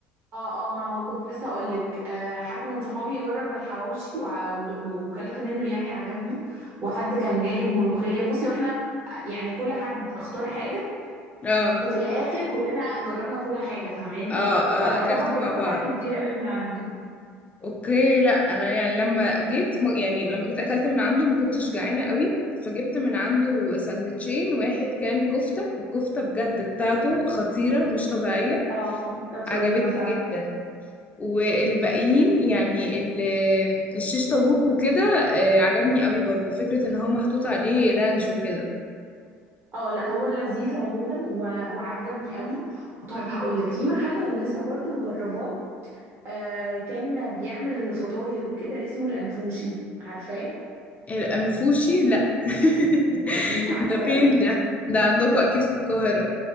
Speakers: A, on the right; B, on the left.
A: اه اه ما هو كنت لسه اقول لك آه حد من صحابي جرب الحواوشي وع- ود- وكلت منه يعني عجبني وحد كان جايب ملوخيه بصي واحنا يعني كل حد اختار حاجه
B: اه
A: وفي الاخر كلنا جربنا كل حاجه فاهماني
B: اه اه
A: فيعتبر
B: أكلته
A: جربت
B: مع بعض
A: حاجات كتير قوي من عنده
B: اوكي لا انا يعني لما جيت م- يعني لما جيت اكلت من عنده ما كنتش جعانه قوي فجبت من عنده ساندوتشين واحد كان كفته والكفته بجد بتاعته خطيره مش طبيعيه
A: اه كانت
B: عجبتني
A: رهيبة فعلا
B: جدا والباقيين يعني ال- الشيش طاووق وكده آه، عجبني قوي برضو فكره ان هو محطوط عليه رانش وكده
A: اه لا هو لذيذ عموما و... وعجبني قوي وطيب هقول لك في محل انا لسه برضو مجرباه آه كان بيعمل فطاير وكده اسمه الانفوشي عارفاه
B: الانفوشي لا <laughs>
A: مش عارفاه
B: ده فين ده ده عندكم اكيد في القاهره